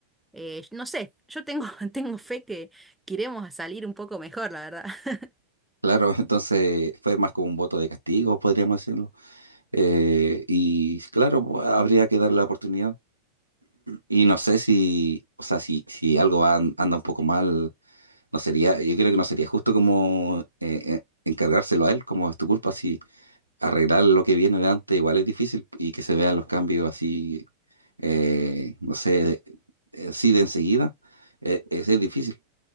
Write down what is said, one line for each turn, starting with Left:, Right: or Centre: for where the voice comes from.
Centre: eh, no sé, yo tengo, <laughs> tengo fe que, que iremos a salir un poco mejor, la verdad. <laughs>
Right: claro, <laughs> entonces fue más como un voto de castigo, podríamos decirlo. Eh, y claro, pues, habría que darle la oportunidad. Y no sé si, o sea, si, si algo va, an- anda un poco mal. No sería, yo creo que no sería justo como eh, eh, encargárselo a él, como es tu culpa, si arreglar lo que viene de antes igual es difícil y que se vean los cambios así, eh, no sé, de- así de enseguida, eh, es, es difícil.